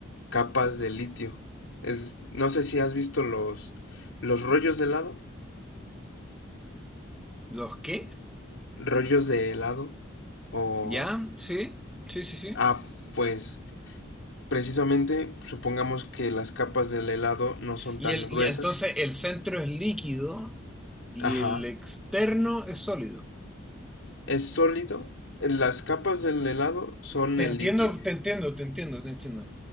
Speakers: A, on the left (about 80°); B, in the centre.
A: capas de litio. Es, no sé si has visto los, los rollos de helado,
B: ¿Los qué?
A: rollos de helado o...
B: ¿Ya? Sí, sí, sí, sí.
A: Ah, pues... Precisamente, supongamos que las capas del helado no son
B: Y,
A: tan
B: el,
A: gruesas.
B: y entonces el centro es líquido y
A: Ajá.
B: el externo es sólido.
A: Es sólido. Las capas del helado son
B: Te
A: el
B: entiendo,
A: litio.
B: te entiendo, te entiendo, te entiendo.